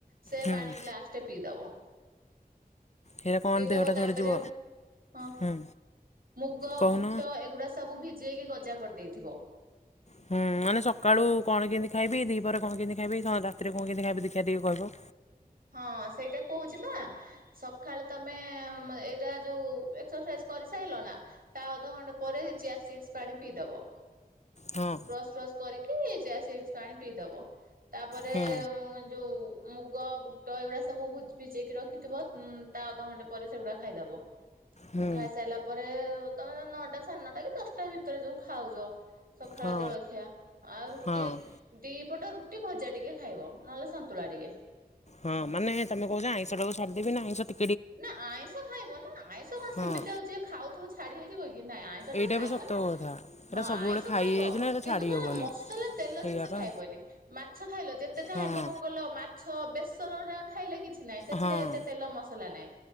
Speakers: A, on the right; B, on the left.
A: ସେ
B: ହୁଁ
A: ପାଣି ଗ୍ଲାସ ଟେ ପିଇଦବ।
B: ଏଇଟା କଣ
A: ପିଇଦବ
B: ଦେହଟା
A: ତାପରେ
B: ଝଡ଼ିଯିବ
A: ହଁ।
B: ହୁଁ
A: ମୁୁଗ
B: କହୁନ।
A: ବୁଟ ଏଗୁଡ଼ା ସବୁ ଭିଜେଇକି ଗଜା କରିଦେଇଥିବ।
B: ହୁଁ ମାନେ ସକାଳୁ କଣ କେମତି ଖାଇବି ଦି ପରେ କଣ କେମିତି ଖାଇବି ରାତିରେ କଣ କେମିତି ଖାଇବି ଦେଖିବା ଟିକେ କହିଲୁ।
A: ହଁ ସେଇଟା କହୁଛି ପା। ସକାଳେ ତମେ ଏଇଟା ଯୋଉ ଏକ୍ସରସାଇଜ କରିସାଇଲ ନା। ତା ଅଧଘଣ୍ଟା ପରେ ଚିଆ ସିଡସ୍ ପାଣି ପିଇଦବ।
B: ହଁ।
A: ବ୍ରସ୍ ଫ୍ରସ୍ କରିକି ଚିଆ ସିଡସ୍ ପାଣି ପିଇଦବ। ତାପରେ
B: ହୁଁ
A: ଯୋଉ ମୁଗ ଟ ଏଗୁଡ଼ା ସବୁ ଭୁ ଭିଜେଇକି ରଖିଥିବ ମ୍ ତା ଅଧଘଣ୍ଟେ ପରେ ସେଗୁଡ଼ା ଖାଇଦେବ।
B: ହୁଁ
A: ଆ ଖାଇସାଇଲା ପରେ ତମେ ନଅଟା ସାଢ଼େ ନଅଟା କି ଦଶଟା ଭିତରେ ଯୋଉ ଖାଉଛ। ସକାଳ
B: ହଁ
A: ଜଳଖିଆ ଆଉ ରୁଟି।
B: ହଁ।
A: ଦି ପଟ ରୁଟି ଭଜା ଟିକେ ଖାଇବ ନହେଲେ ସନ୍ତୁଳା ଟିକେ।
B: ହଁ ମାନେ ତମେ କହୁଛ ଆଇଁହ ଟାକୁ ଛାଡିଦେବି ନା ଆଇଁଶ ଟି
A: ନା ଆଇଁଷ ଖାଇବ ନା ଆଇଁଷ କଣ ସେମିତି
B: ହଁ
A: ଆଉ ଯିଏ ଖାଉଥିବ ଛାଡି ହେଇଯିବ କି ନାଇଁ। ଶ ଟା
B: ଏଇଟା
A: ଖାଇବ
B: ବି ସତ
A: ନା
B: କଥା ଏଇଟା
A: ହଁ
B: ସବୁବେଳେ
A: ଆଇଁଷ
B: ଖାଇ
A: ଖାଇବ
B: ହେଇଯାଇଛି ନା ଏଇଟା
A: କିନ୍ତୁ
B: ଛାଡ଼ି
A: କଣ
B: ହେବନି।
A: ହେଲା ମସଲା ତେଲ
B: ସେଇଆ
A: ଜିନିଷ
B: ପା
A: ଖାଇବନି। ମା ଛ ଖାଇଲ ଯେତ ଚାହିଁବ
B: ହଁ
A: କଣ କହିଲ ମା ଛ ବେସର ଟା ଖାଇଲେ କିଛି ନାହିଁ ସେଥିରେ
B: ହଁ
A: ଏତେ ତେଲ ମସଲା ନାହିଁ